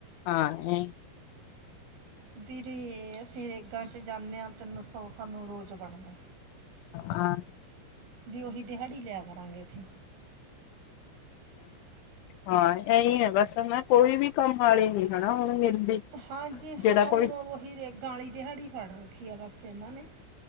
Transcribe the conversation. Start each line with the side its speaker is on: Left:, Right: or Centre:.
Left: ਹਾਂ ਨਹੀਂ
Right: ਵੀਰੇ ਅਸੀਂ ਇੱਕ ਘਰ 'ਚ ਜਾਂਦੇ ਆ ਤਿੰਨ ਸੌ ਸਾਨੂੰ ਰੋਜ਼ ਬਣਦਾ।
Left: ਹਾਂ,
Right: ਵੀ ਓਹੀ ਦਿਹਾੜੀ ਲਿਆ ਕਰਾਂਗੇ ਅਸੀਂ
Left: ਹਾਂ ਇਹੀ ਆ ਬਸ ਹਨਾ ਕੋਈ ਵੀ ਕੰਮ ਆਲੀ ਨੀ ਹਨਾ ਹੁਣ ਮਿਲਦੀ।
Right: ਹਾਂਜੀ ਹਾਂ
Left: ਜਿਹੜਾ ਕੋਈ
Right: ਹੁਣ ਉਹੀ ਨਰੇਗਾ ਆਲੀ ਦਿਹਾੜੀ ਫੜ ਰੱਖੀ ਆ ਬਸ ਇਹਨਾਂ ਨੇ